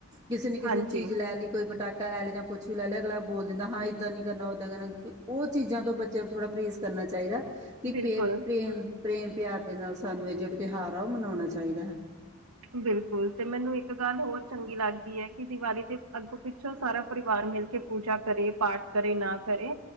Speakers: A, on the right; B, on the right.
A: ਕਿਸੇ ਨਾ ਕਿਸੇ
B: ਹਾਂਜੀ
A: ਚੀਜ਼ ਲੈ ਲਈ ਕੋਈ ਪਟਾਕਾ ਲੈ ਲੈ ਜਾਂ ਕੁਛ ਵੀ ਲੈ ਲ ਅਗਲੱਗ ਬੋਲ ਦਿੰ ਹਾਂ ੱਦਾਂ ਨੀ ਕਰਨਾ ੱਦਾਂ ਕਰਨਾ ਉਹ ਚੀਜ਼ਾਂ ਤੋਂ ਬੱਚਿਆਂ ਨੂੰ ਥੋੜਾ ਪ੍ਰੇਸ ਕਰਨਾ ਚਾਹੀਦਾ ਕਿੇ
B: ਬਿਲਕੁਲ
A: ਪ੍ਰੇਮ ਪ੍ਰੇਮ ਪਿਆਰ ਦੇ ਨਾਲ ਸਾਨੂੰ ਇਹ ਜਿਹੜਾ ਤਿਉਹਾਰ ਆ ਉਹ ਮਨਾਉਣਾ ਚਾਹੀਦਾ ਹੈ
B: ਬਿਲਕੁਲ ਤੇ ਮੈਨੂੰ ਇੱਕ ਗੱਲ ਹੋਰ ਚੰਗੀ ਲੱਗਦੀ ਹੈ ਕਿ ਦੀਵਾਲੀ ਦੇ ਅੱਗੋਂ ਪਿੱਛੋਂ ਸਾਰਾ ਪਰਿਵਾਰ ਮਿਲ ਕੇ ਪੂਜਾ ਕਰੇ ਪਾਠ ਕਰੇ ਨਾ ਕਰੇ